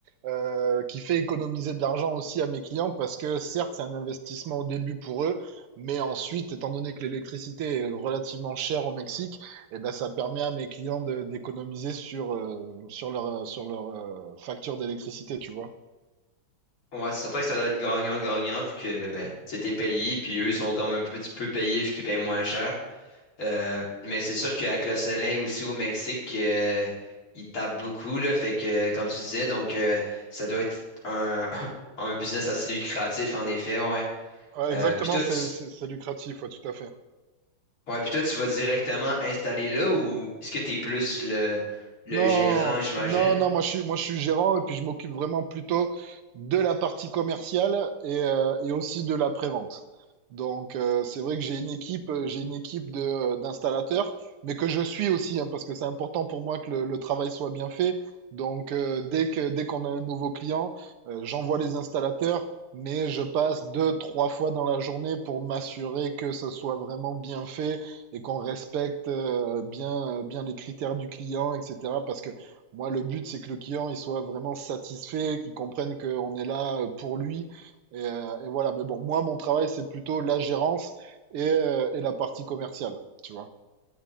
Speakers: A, on the right; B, on the left.
A: euh, qui fait économiser de l'argent aussi à mes clients parce que certes, c'est un investissement au début pour eux, mais ensuite, étant donné que l'électricité est relativement chère au Mexique, et ben, ça permet à mes clients de- d'économiser sur, euh, sur leur, sur leur euh, facture d'électricité, tu vois.
B: Ouais, c'est certain que ça doit être gagnant-gagnant vu que ben, c'était payé, puis eux sont quand même un petit peu payés vu qu'ils payent moins cher. Euh, mais c'est sûr qu'avec le soleil aussi au Mexique, euh, il tape beaucoup, là. Fait que, comme tu disais, donc, euh, ça doit être un, <laughs> un business assez lucratif, en effet, ouais.
A: Ouais,
B: Euh,
A: exactement,
B: puis toi,
A: c'est
B: tu,
A: c'est- c'est lucratif, ouais, tout à fait.
B: ouais, puis toi, tu vas directement installer là ou est-ce que t'es plus le, le
A: Non,
B: gérant, j'imagine?
A: non, non, moi je suis, moi je suis gérant et puis je m'occupe vraiment plutôt de la partie commerciale et, euh, et aussi de la prévente. Donc euh, c'est vrai que j'ai une équipe, euh, j'ai une équipe de, euh, d'installateurs, mais que je suis aussi hein, parce que c'est important pour moi que le, le travail soit bien fait. Donc euh, dès que dès qu'on a un nouveau client, euh, j'envoie les installateurs, mais je passe deux, trois fois dans la journée pour m'assurer que ça soit vraiment bien fait et qu'on respecte euh, bien, bien les critères du client, etc. Parce que moi, le but, c'est que le client, il soit vraiment satisfait, qu'il comprenne qu'on est là euh, pour lui. Et, euh, et voilà. Mais bon, moi, mon travail, c'est plutôt la gérance et, euh, et la partie commerciale, tu vois.